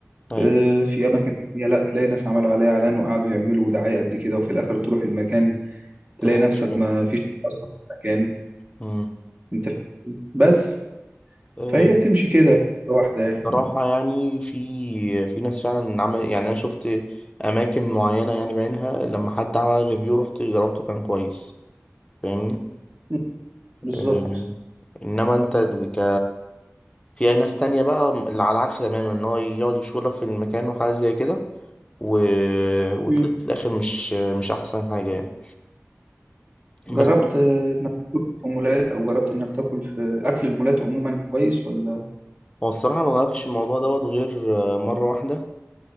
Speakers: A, on the left; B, on the right.
A: أيوة
B: آه، في أماكن تانية لا تلاقي ناس عملوا عليها إعلان وقعدوا يعملوا دعاية قد كده وفي الآخر تروح المكان تلاقي
A: تلاقي
B: نفسك
A: مشكلة
B: ما فيش اصلا مكان
A: أمم.
B: انت فيه بس
A: آه،
B: فهي بتمشي كده لوحدها يعني
A: صراحة يعني في في ناس فعلا عمل يعني أنا شفت أماكن معينة يعني بعينها لما حد عمل ريفيو رحت جربته كان كويس فاهمني
B: مم. بالظبط
A: أمم. انما انت ك في ناس تانية بقى اللي على العكس تماما ان هو يقعد يشغلك في المكان وحاجات زي كده و... وتلاقي
B: مم.
A: في الاخر مش مش احسن حاجة يعني
B: جربت
A: بس
B: آه، انك تاكل في مولات او جربت انك تاكل في اكل المولات عموما كويس ولا
A: هو الصراحة ما جربتش الموضوع دوت غير آه، مرة واحدة